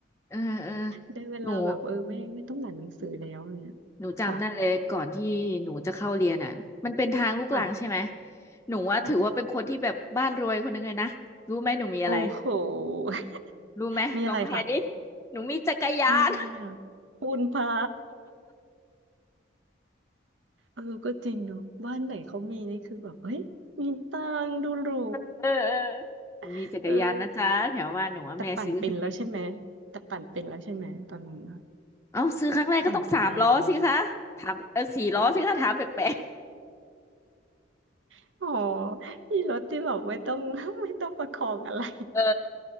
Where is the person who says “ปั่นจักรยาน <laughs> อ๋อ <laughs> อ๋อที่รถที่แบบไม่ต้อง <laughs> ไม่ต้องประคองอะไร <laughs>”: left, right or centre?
Right